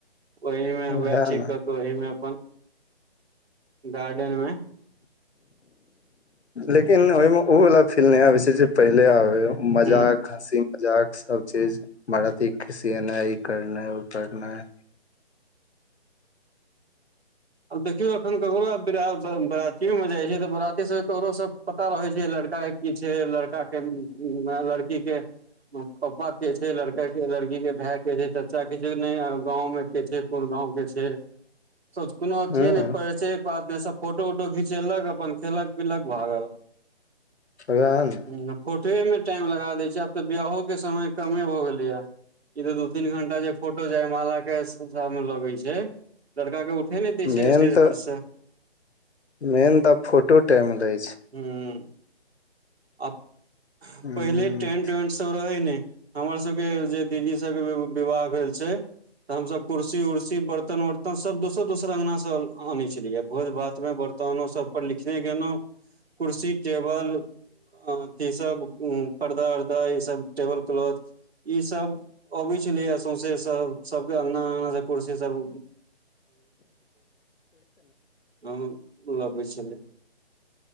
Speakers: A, on the right; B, on the left.
A: ओहिमे
B: उएह
A: हुए ठीक
B: ने
A: क के ओहिमे अपन गार्डेन मे
B: लेकिन ओहिमे ओ वला फील नहि आबै छै, जे पहिले आबे मजाक
A: ह
B: हँसी मजाक सबचीज बरातीके सिनाइ ई करनाइ ओ करनाइ
A: आब देखियो अखन ककरो आब बरातीयो मे जाइ छै, तऽ बराती सब ककरो सब पता रहै छै लड़का की छै लड़का के लड़की के पापा के छै, लड़का के लड़की के भाय के छै चाचा के छै ने गाँंव मे के छै कोन गाँं के छै कोनो अथिए
B: हँ
A: नहि प छै। ने सब फोटो उटो घिचेलक अपन खेलक पीलक भागल
B: स ने
A: ह फोटोएमे टाइम लगा दैत छै, आब तऽ बियाहोके समय कमे भऽ गेलैए। ई दू तीन घंटा जे फोटो जयमाला के सने लगै छै, लड़का के उठे नहि दै छै
B: मेन
A: स्टेज
B: तऽ
A: पर से
B: मेन तऽ फोटो टाइम लै छै।
A: ह, आ
B: हूँ
A: पहिले टेंट वेंट सब रहे ने हमर सबके जे दीदी सबके विवाह भेल छै, तऽ हमसब कुसी उर्सी बर्तन वरतन तहऽ सभ दोसर दोसर अँगनासँ आनै छलियै भोज भातमे बर्तानो सभपर लिखने गेलहुँ कुर्सी टेबल अ अथी सब पर्दा उर्दा ई सब टेबल क्लॉथ ई सब अबै छलेय सौंसे सब सबके अंगना अंगना से कुर्सी सब <unintelligible> हँ लगै छलै।